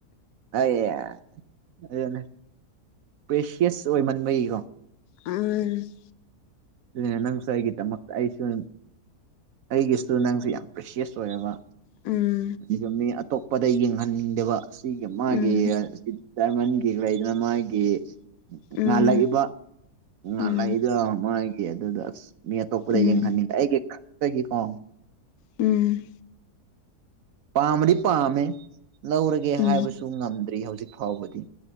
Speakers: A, on the right; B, on the left.
A: ꯑꯩꯌꯥ ꯑꯗꯨꯅꯦ ꯄ꯭ꯔꯦꯁꯤꯌꯁ ꯑꯣꯏꯃꯟꯕꯩꯒꯤꯀꯣ
B: ꯎꯝ
A: ꯗꯨꯨꯅꯦ ꯅꯪꯁꯨ ꯑꯩꯒꯤꯗꯥꯃꯛꯇ ꯑꯩꯁꯨꯟ ꯑꯩꯒꯤꯁꯨ ꯅꯪꯁꯦ ꯌꯥꯝ ꯄ꯭ꯔꯦꯁꯤꯌꯁ ꯑꯣꯏꯔꯕ
B: ꯎꯝ
A: ꯑꯩꯗꯣ ꯃꯤ ꯑꯇꯣꯞꯄꯗ ꯌꯦꯡꯍꯟꯅꯤꯡꯗꯕ ꯁꯤꯒꯤ ꯃꯥꯒꯤ
B: ꯎꯝ
A: <inaudible> ꯗꯥꯏꯃꯟꯒꯤ ꯂꯩꯗꯅ ꯃꯥꯒꯤ
B: ꯎꯝ
A: ꯉꯥꯜꯂꯛꯏꯕ ꯉꯥꯜꯂꯛꯏꯗꯣ
B: ꯎꯝ
A: ꯃꯥꯒꯤ ꯑꯗꯨꯗ ꯑꯁ ꯃꯤ ꯑꯇꯣꯞꯄꯗ
B: ꯎꯝ
A: ꯌꯦꯡꯍꯟꯅꯤꯡꯗꯦ ꯑꯩꯒꯤ ꯈꯛꯇꯒꯤ ꯀꯣ
B: ꯎꯝ
A: ꯄꯥꯝꯕꯗꯤ ꯄꯥꯝꯃꯦ ꯂꯧꯔꯒꯦ
B: ꯎꯝ
A: ꯍꯥꯏꯕꯁꯨ ꯉꯝꯗ꯭ꯔꯤ ꯍꯧꯖꯤꯛ ꯐꯥꯎꯕꯗꯤ